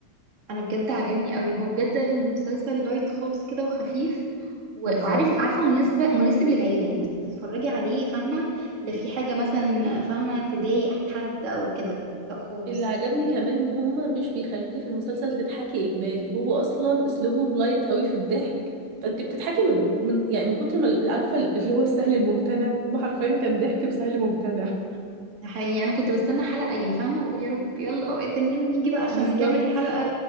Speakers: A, on the right; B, on the right.
A: انا بجد عجبني قوي هو بجد مسلسل لايت خالص كده وخفيف و-
B: بالظبط
A: وعارف عارفه مناسبه مناسب للعيله يعني تتفرجي عليه فاهمه لا في حاجه مثلا فاهمه تضايق حد او كده لا خالص
B: اللي عجبني كمان ان هما مش بيخلوكي في المسلسل تضحكي اجباري هو اصلا اسلوبهم لايت قوي في الضحك فانت بتضحكي من من يعني من كتر ما عارفة اللي هو السهل الممتنع ما حرفيا كان ضحك بسهل ممتنع
A: حقيقي انا كنت بستنى حلقه يعني فاهمه بقول يا رب يلا تاني يوم نيجي بقى عشان
B: بالظبط
A: نكمل الحلقه